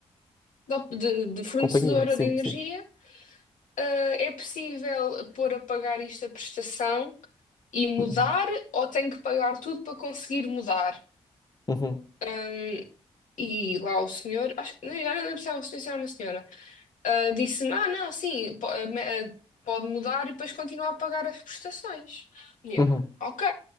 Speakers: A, on the left; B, on the left.
A: de, op- de- de fornecedora
B: Companhia, sim,
A: de energia.
B: sim.
A: Eh, é possível pôr a pagar isto a prestação e mudar,
B: Uhum,
A: ou tenho que pagar tudo para conseguir mudar?
B: uhum,
A: Ahm, e lá o senhor, acho, não, já não lembro se era o senhor, se era uma senhora, ah, disse-me: Ah, não, sim, po- ah, me- ah, pode mudar e depois continuar a pagar as prestações. E
B: uhum,
A: eu, ok.